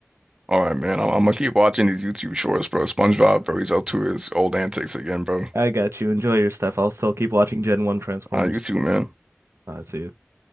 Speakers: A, on the right; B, on the right.
A: All right, man. I'm, I'm gonna keep watching these YouTube shorts, bro. SpongeBob, bro. He's up to his old antics again, bro.
B: I got you. Enjoy your stuff. I'll still keep watching Gen 1 Transformers.
A: Uh, you too, man.
B: Uh, see you.